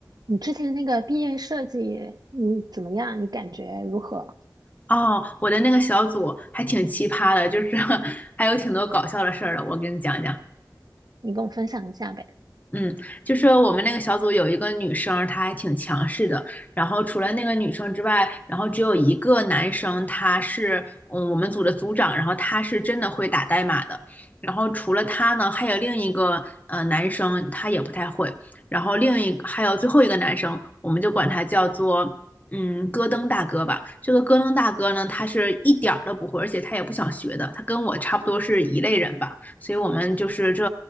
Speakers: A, on the right (about 65°); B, on the left (about 20°).
A: 你之前那个毕业设计，你怎么样？你感觉如何？
B: 哦，我的那个小组还挺奇葩的，就是 <laughs> 还有挺多搞笑的事儿的，我给你讲讲。
A: 你跟我分享一下呗。
B: 嗯，就是我们那个小组有一个女生，她还挺强势的。然后除了那个女生之外，然后只有一个男生，他是嗯我们组的组长，然后他是真的会打代码的。然后除了他呢，还有另一个呃男生，他也不太会。然后另一还有最后一个男生，我们就管他叫做嗯戈登大哥吧。这个戈登大哥呢，他是一点儿都不会，而且他也不想学的。他跟我差不多是一类人吧，所以我们就是这